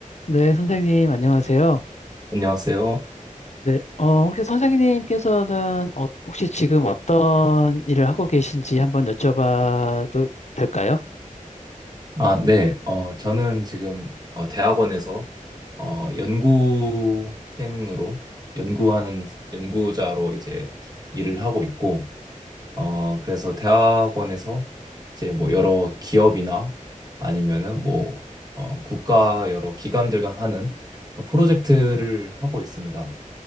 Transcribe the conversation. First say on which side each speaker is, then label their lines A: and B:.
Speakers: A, on the left; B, on the right.
A: 네, 선생님, 안녕하세요.
B: 안녕하세요.
A: 네, 어, 혹시 선생님께서는 어, 혹시 지금 어떤 일을 하고 계신지 한번 여쭤봐도 될까요?
B: 아, 네. 어, 저는 지금 어, 대학원에서 어, 연구생으로 연구하는 연구자로 이제 일을 하고 있고, 어, 그래서 대학원에서 이제 뭐 여러 기업이나 아니면은 뭐 어, 국가 여러 기관들과 하는 그런 프로젝트를 하고 있습니다.